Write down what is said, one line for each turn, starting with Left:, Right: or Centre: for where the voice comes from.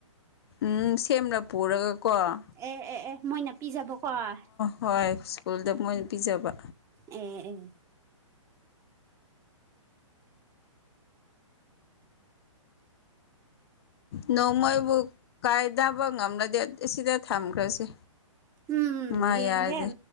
Left: ꯎꯝ ꯁꯦꯝꯅ ꯄꯨꯔꯒ ꯀꯣ ꯑꯥ
Right: ꯑꯦ ꯑꯦ ꯑꯦ ꯃꯣꯏꯅ ꯄꯤꯖꯕꯀꯣ ꯑꯦ
Left: ꯍꯣꯏ ꯁ꯭ꯀꯨꯜꯗ ꯃꯣꯏꯅ ꯄꯤꯖꯕ
Right: ꯑꯣꯝ ꯑꯣꯝ
Left: ꯅꯣꯡꯃꯕꯨ ꯀꯥꯏꯗꯕ ꯉꯝꯂꯗꯤ ꯑꯁꯤꯗ ꯊꯝꯈ꯭ꯔꯁꯦ
Right: ꯎꯝ
Left: ꯃꯥ
Right: ꯌꯦꯡꯒꯦ
Left: ꯌꯥꯔꯗꯤ
Right: ꯎꯝ